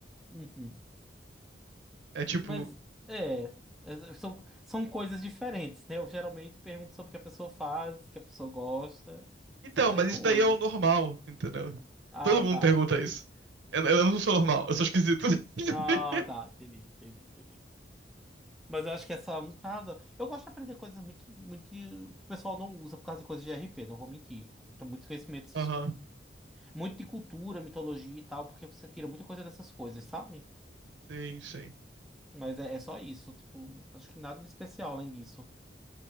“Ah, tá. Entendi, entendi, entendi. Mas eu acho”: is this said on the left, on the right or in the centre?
Centre